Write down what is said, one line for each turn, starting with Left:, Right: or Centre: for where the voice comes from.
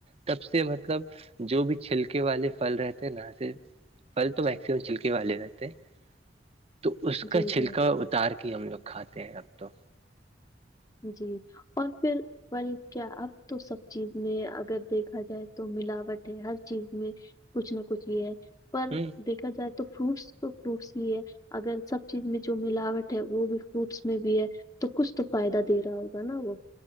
Right: تب سے مطلب جو بھی چھلکے والے پھل رہتے ہیں ناں سے پل تو میکسمم چھلکے والے رہتے ہیں تو اس
Left: جی
Right: کا چھلکا
Left: جی
Right: اتار کے ہم لوگ کھاتے ہیں اب تو
Left: جی اور پھر بل کیا اب تو سب چیز میں اگر دیکھا جائے تو ملاوٹ ہے ہر چیز میں کچھ نہ کچھ یہ ہے پر
Right: ہ
Left: دیکھا جائے تو فروٹس تو فروٹس ہی ہے اگر سب چیز میں جو ملاوٹ ہے وہ بھی فروٹس میں بھی ہے تو کچھ تو فائدہ دے رہا ہوگا نا وہ